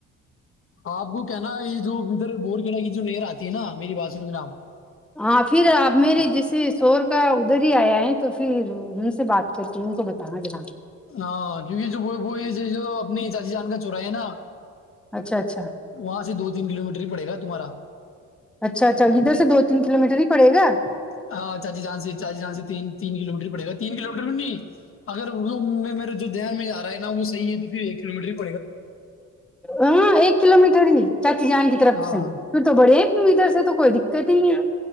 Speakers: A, on the left; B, in the centre.
A: آپ کو کہنا یہ جو ادھر بور کلا کی جو لر آتی ہے نا میری باتس میں جناب
B: ہاں پھر آپ میرے جیسے شور کا ادھر ہی آیا ہے تو پھر ان سے بات کر کے ان کو بتانا جناب
A: ہاں کیونکہ جو ب بئی جو اپنی چاچی جان کا چورا ہے نا
B: اچھا اچھا
A: وہاں سے دو تین کلو میٹر ہی پڑے گا تمہارا
B: اچھا اچھا ادھر سے دو تین کلو میٹر ہی پڑے گا
A: ہاں چاچی جان سے چاچی جان سے تین کلو میٹر پڑے گا تین کلو میٹر بھی نہیں اگر وہ میرے جو دھیان میں رہا ا وہحی ہے تو پھر ایک کلو میٹر کو
B: ہاں ایک کلو مٹر ہی چچی جان کی طرف
A: ہاں
B: سے کیوں تو بڑے ادھر سے تو کوئی دقت ہی نہیں